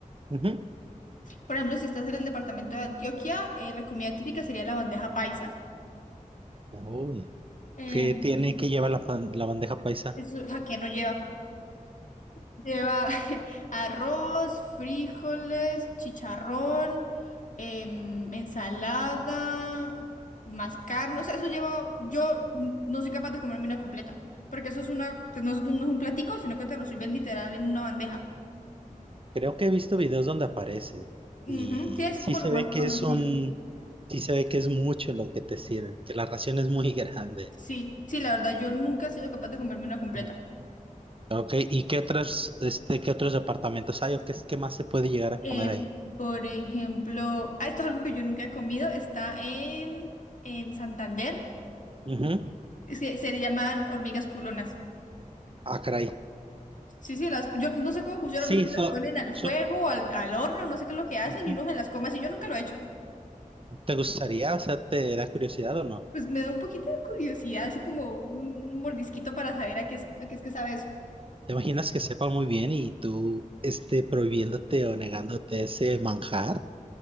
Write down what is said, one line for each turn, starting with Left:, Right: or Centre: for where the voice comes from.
Right: Ujú.
Left: Por ejemplo, si estás en el departamento de Antioquia, eh, la comida típica sería la bandeja paisa.
Right: Uy,
Left: Em,
Right: ¿qué tiene que llevar la, pan- la bandeja paisa?
Left: eso, ¿a qué no lleva? Lleva <laughs> arroz, frijoles, chicharrón, em, ensalada, más carne. O sea, eso lleva. Yo mm, no soy capaz de comerme una completa. Porque eso es una. que No es, un no es un platico, sino que te lo sirven literal en una bandeja.
Right: Creo que he visto videos donde aparece
Left: Ujú,
Right: y
Left: Sí, es
Right: sí
Left: como
Right: se
Left: lo
Right: ve
Left: más
Right: que
Left: conocido.
Right: es un, sí se ve que es mucho lo que te sirve, que la ración es muy <laughs> grande.
Left: Sí, sí, la verdad, yo nunca he sido capaz de comerme una completa.
Right: Mm. Ok, ¿y qué otros, este, qué otros departamentos hay o qué, es- qué más se puede llegar a
Left: Em,
Right: comer ahí?
Left: por ejemplo, ah, esto es algo que yo nunca he comido. Está en, en Santander.
Right: Ujú.
Left: Es que se le llaman hormigas culonas.
Right: Ah, caray.
Left: Sí, sí, las, yo no sé cómo funcionan,
Right: Sí,
Left: no sé si
Right: so,
Left: las ponen al
Right: so-
Left: fuego, al, al horno, no sé qué es lo que hacen
Right: ujú.
Left: y uno se las come así, yo nunca lo he hecho.
Right: ¿Te gustaría, o sea, te da curiosidad o no?
Left: Pues me da un poquito de curiosidad, así como un mordisquito para saber a qué es, a qué es que sabe eso.
Right: ¿Te imaginas que sepa muy bien y tú este, prohibiéndote o negándote ese manjar?